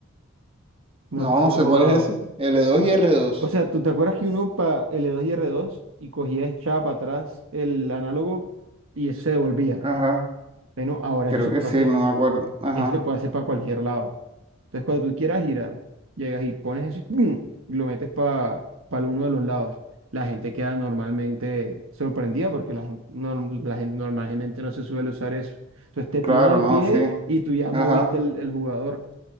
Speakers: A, on the right (about 70°); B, on the right (about 25°).
A: No
B: No,
A: sé si
B: no sé
A: lo has
B: cuál
A: jugado.
B: es ese. l dos y r dos
A: O sea, ¿tú te acuerdas que uno para L2 y R2 y cogía echaba para atrás el análogo y eso se devolvía?
B: Ajá.
A: Bueno, ahora
B: Creo
A: eso se
B: que
A: puede
B: sí,
A: hacer,
B: no me acuerdo. Ajá.
A: Eso se puede hacer para cualquier lado. Entonces, cuando tú quieras girar, llegas y pones eso y, ¡pum! y lo metes para uno de los lados. La gente queda normalmente sorprendida porque la, gen- norm- la gente normalmente no se suele usar eso. Entonces te
B: Claro,
A: tiran el
B: no,
A: pie
B: sí.
A: y tú ya
B: Ajá.
A: moviste el, el jugador.